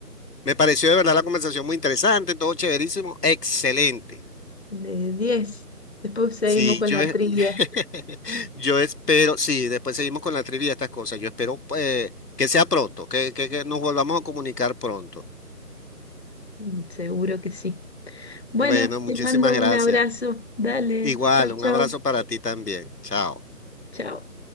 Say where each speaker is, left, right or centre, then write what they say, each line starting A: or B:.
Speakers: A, on the left; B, on the left.
A: me pareció de verdad la conversación muy interesante, todo chéverísimo, excelente.
B: de 10. Después seguimos
A: Sí,
B: con
A: yo,
B: la
A: e-
B: trivia,
A: <laughs> yo espero, sí, después seguimos con la trivia y estas cosas. Yo espero pues, que sea pronto, que, que, que nos volvamos a comunicar pronto.
B: Mm, seguro que sí. Bueno,
A: Bueno, muchísimas
B: te mando
A: gracias.
B: un abrazo, dale,
A: Igual,
B: chao,
A: un
B: chao,
A: abrazo para ti también. Chao.
B: chao.